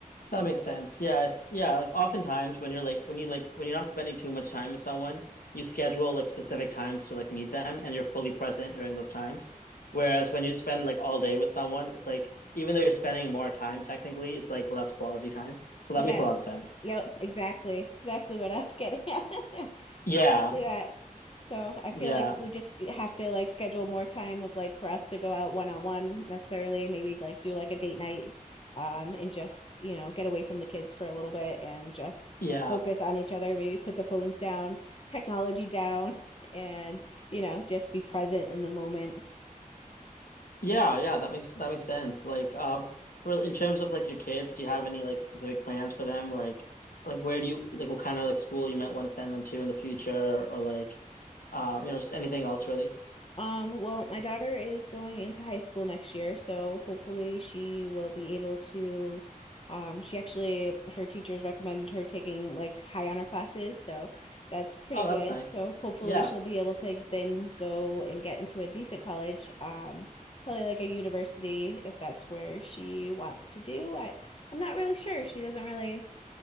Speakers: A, on the left; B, on the left.
A: That
B: instead
A: makes sense.
B: of
A: Yeah, it's yeah, like oftentimes when you're like when you like when you're not spending too much time with someone, you schedule like specific times to like meet them and you're fully present during those times. Whereas when you spend like all day with someone, it's like even though you're spending more time technically, it's like less quality time. So
B: yes.
A: that makes a lot of sense.
B: Yep, exactly. Exactly what I was getting at. <laughs>
A: Yeah.
B: Exactly that. So I feel
A: Yeah.
B: like we just have to like schedule more time of like for us to go out one on one necessarily, maybe like do like a date night, um, and just, you know, get away from the kids for a little bit and just
A: Yeah.
B: focus on each other, maybe put the phones down, technology down, <laughs> and, you know, just be present in the moment.
A: Yeah, yeah, that makes that makes sense. Like, um, for in terms of like your kids, do you have any like specific plans for them? Like, like where do you like what kind of like school you might want to send them to in the future, or like, uh, you know, just anything else really?
B: Um, well, my daughter is going into high school next year, so hopefully she will be able to, um, she actually, her teachers recommended her taking like high honor classes, so that's pretty
A: Oh,
B: good.
A: that's nice.
B: So hopefully
A: Yeah,
B: she'll be able to then go and get into a decent college, um, probably like a university if that's where she wants to do. I, I'm not really sure. She doesn't really